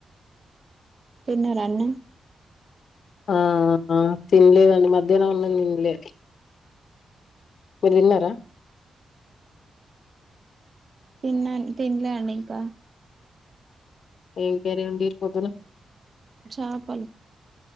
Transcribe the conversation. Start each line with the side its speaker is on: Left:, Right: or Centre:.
Right: తిన్నారా అండి
Left: ఆ తిన్లేదండి మ మధ్యాహ్నం అన్నం తినలే మీరు తిన్నారా
Right: తిన్నా తిన్ల అండి ఇంకా
Left: ఏం కర్రీ అండి పొద్దన్న
Right: చాపలు